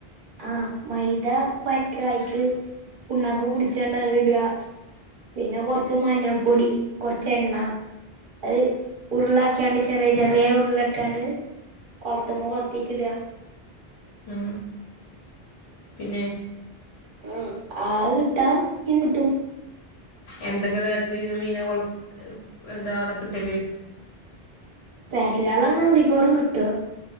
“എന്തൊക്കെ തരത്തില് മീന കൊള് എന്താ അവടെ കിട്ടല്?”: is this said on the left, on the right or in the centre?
Left